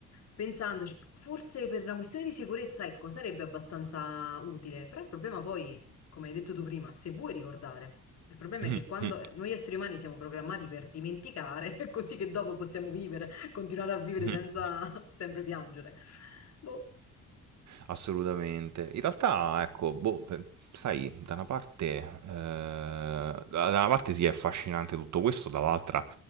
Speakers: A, on the left; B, on the right.
A: pensandoci, forse per una questione di sicurezza, ecco, sarebbe abbastanza utile. Però il problema poi, come hai detto tu prima, se vuoi ricordare, il problema
B: <laughs>
A: è che quando noi esseri umani siamo programmati per dimenticare, <laughs> così che dopo possiamo vivere, continuare a vivere
B: Mh-mh.
A: senza <laughs> sempre piangere. Boh,
B: Assolutamente. In realtà ecco, boh, pe sai, da una parte ehm, da da una parte sì, è affascinante tutto questo, dall'altra